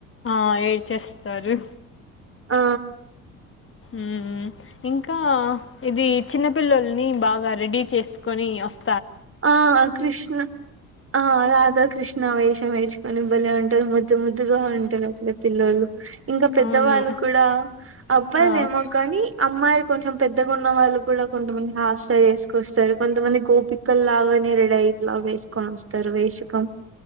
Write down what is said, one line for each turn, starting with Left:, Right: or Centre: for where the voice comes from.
Left: ఆ ఎడిచేస్తారు
Right: ఆ
Left: మ్ ఇంకా ఇది చిన్నపిల్లోల్ని బాగా రెడీ చేసుకొని వస్త
Right: ఆ కృష్ణ ఆ రాధాకృష్ణ వేషం వేచుకొనిబలే ఉంటారు ముద్దు ముద్దుగా ఉంటారు అలే పిల్లోలు ఇంకా పెద్ద
Left: అవును
Right: వాళ్ళు కూడా అబ్బాయిలు
Left: ఆ.
Right: ఏమో కానీ అమ్మాయిలు కొంచెం పెద్దగా ఉన్న వాళ్ళు కూడా కొంతమంది హాఫ్సారి వేసుకొస్తారు కొంతమంది గోపి ముక్కల్లాగా నెరడయి ఇట్లా వేసుకొని వస్తారు వేషకం